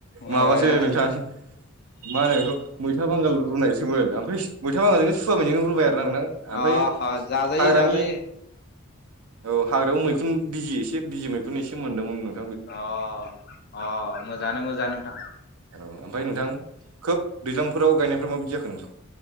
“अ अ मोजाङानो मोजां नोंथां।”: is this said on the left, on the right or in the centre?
Left